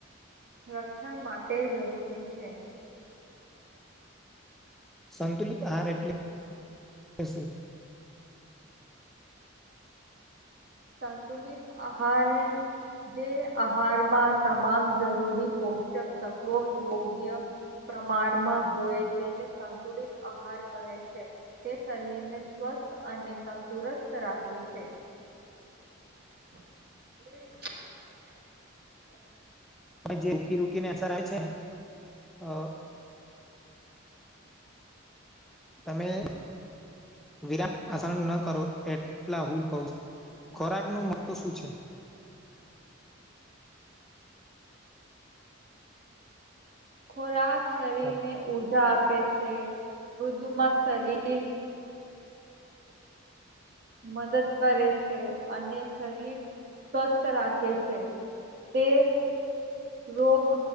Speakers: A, on the right; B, in the centre.
A: રક્ષણ માટે જરૂરી છે.
B: સંતુલિત આહાર એટલે સુ?
A: સંતુલિત આહારે જે આહારમાં તમામ જરૂરી પોષક તત્વો યોગ્ય પ્રમાણમાં હોય તેને સંતુલિત આહાર કહે છે. તે શરીરને સ્વસ્થ અને તંદુરસ્ત રાખે છે. <inaudible>
B: જે રૂકી રૂકીને અસર આવે છે. અ તમે વિરામ પસંદ ન કરો એટલા હું કહું છું. ખોરાક નું મહત્વ શું છે?
A: ખોરાક શરીરને
B: છે
A: ઊર્જા આપે છે, <unintelligible> દુમાં શરીર મદદ કરે છે અને શરીર સ્વસ્થ રાખે છે. તે રોગ